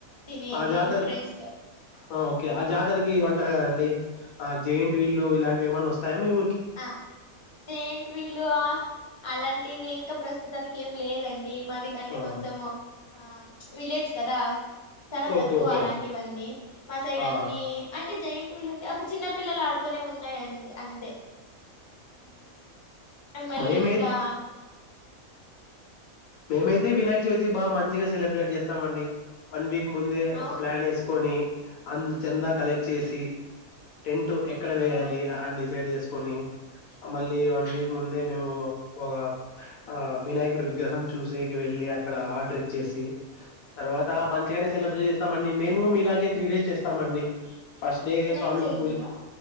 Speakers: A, on the left; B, on the left.
A: తినేది
B: ఆ జాతర
A: ఫ్రెండ్స్ తో
B: ఆ! ఓకే ఆ జాతరకి ఇవ్వంటారు కదండి ఆ జయింటి వీళ్లు ఇలాంటివి ఏమన్నా వస్తాయా మీఊ
A: ఆ జెయింట్ వీలు అలాంటివి ఇంకా ప్రస్తుతానికి ఏం లేదండి మాది కంటే
B: ఆ
A: కొంచెం ఆ విలేజ్ కదా చాలా తక్కువ
B: ఓకే ఓకే
A: అలాంటివన్నీ మా సైడ్
B: ఆ
A: అన్ని అంటే జైట్ వీళ్ళంటే ఒక చిన్న పిల్లలు ఆడుకునే ఉన్నాయిడి అంతే ఉమ్, మళ్ళీ
B: మహమ
A: ఇంకా
B: మేమైతే వినాయక్
A: ఇం-
B: చవితి బాగా మంచిగా సెలబ్రేట్ చేస్తామండి వన్ వీక్ ముందే
A: అవును
B: ఒక ప్లాన్ వేసుకొని అ చందా కలెక్ట్ చేసి టెంట్ ఎక్కడ వయాలి
A: ఆ
B: అని డిసైడ్ చే కని మళ్ళీ వన్ వీక్ ముందే మేము ఒక ఆ వినాయకుడు విగ్రహం చూసేకి వెళ్ళి అక్కడ ఆర్డర్ ఇచ్చేసి, తర్వాత మంచిగానే సెలబ్రేట్ చేస్తామండి మేము మీలాగే త్రీ డేస్ చేస్తాం అండి. ఫస్ట్ డే
A: వినాయక
B: స్వామికి
A: చవితినా
B: పూజ